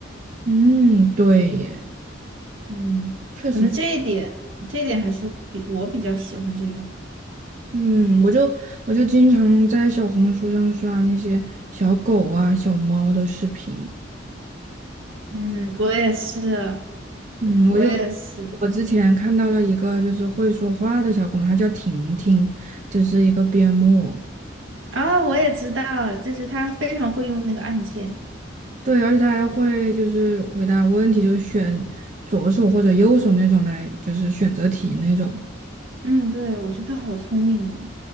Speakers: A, on the right (about 40°); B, on the right (about 80°).
A: 嗯，对耶，
B: 嗯，
A: 确实，
B: 可能这一点，这一点还是比我比较喜欢这种。
A: 嗯，我就我就经常在小红书上刷那些小狗啊、小猫的视频，
B: 嗯，我也是，
A: 嗯，
B: 我也是
A: 我就我之前看到了一个就是会说话的小狗嘛，它叫婷婷，就是一个边牧。
B: 啊，我也知道，就是他非常会用那个按键。
A: 对，而且它还会就是回答问题，就是选左手或者右手那种来，就是选择题那种。
B: 嗯，对，我觉得他好聪明啊。